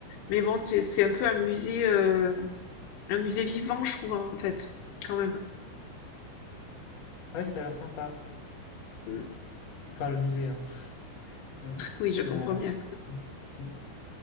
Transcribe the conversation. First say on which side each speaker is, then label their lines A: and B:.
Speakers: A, on the left (about 75°); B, on the left (about 45°).
A: mais bon, c'est un peu un musée, heu, un musée vivant, je trouve, en fait, quand même.
B: ouais, ça a l'air sympa.
A: Mmh,
B: Enfin, le musée, hein. Mm.
A: oui, je
B: Il
A: comprends
B: y a.
A: bien.
B: Mm. Sin-